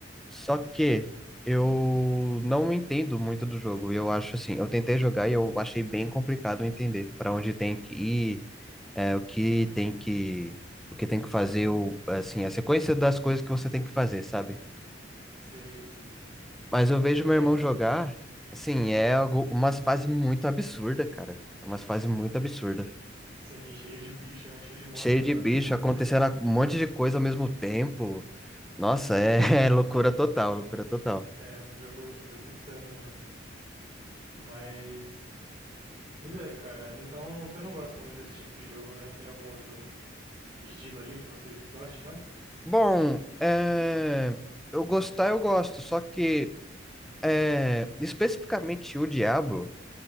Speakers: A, in the centre; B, on the right (about 30°).
A: só que eu não entendo muito do jogo. Eu acho assim, eu tentei jogar e eu achei bem complicado entender para onde tem que ir, é, o que tem que, o que tem que fazer, o, assim, a sequência das coisas que você tem que fazer, sabe?
B: Sei, sim, sim.
A: Mas eu vejo meu
B: É,
A: irmão
B: realmente.
A: jogar, assim, é algo, umas fases muito absurdas, cara. É Umas fases muito absurdas.
B: Sim, cheio de bicho, né? Cheio de monstro
A: Cheio
B: indo
A: de
B: pra
A: bicho,
B: cima.
A: acontecendo
B: <laughs>
A: um monte de coisa ao mesmo tempo. Nossa, é, <laughs> é loucura total, loucura total.
B: É um jogo, jogo insano, mano. Mas, pois é, cara. Então você não gosta muito desse tipo de jogo, né? Tem algum outro estilo ali que você goste mais?
A: Bom, é, eu gostar, eu gosto, só que é, especificamente o Diablo,